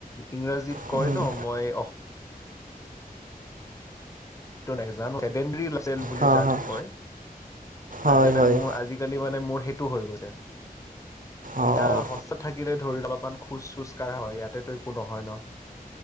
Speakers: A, on the left; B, on the right.
A: ইংৰাজীত
B: অ',
A: কয় ন' মই নাজানো <unintelligible> <unintelligible> বুলি
B: হ
A: জাক
B: হয়,
A: কয়।
B: হয়,
A: আজি-কালি
B: হয়।
A: মুৰ, আজি-কালি মানে মোৰ হৈ গৈছে। এটিয়া
B: অ',
A: হস্ত থাকিলে ধৰি লওঁক, অলপমান খোজ- চোজ কাঢ়া হয়। ইয়াতে তো একো নহয় ন'?